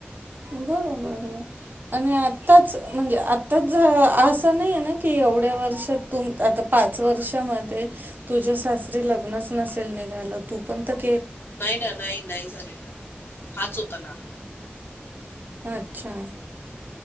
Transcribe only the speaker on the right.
बरोबर आहे. आणि आताच म्हणजे, आताच असं नाही आहे ना की तेवढ्या वर्ष तूम आता पाच वर्षामध्ये तुझ्या सासरी लग्नच नसेल निघा यला तू पण त्यात
अच्छा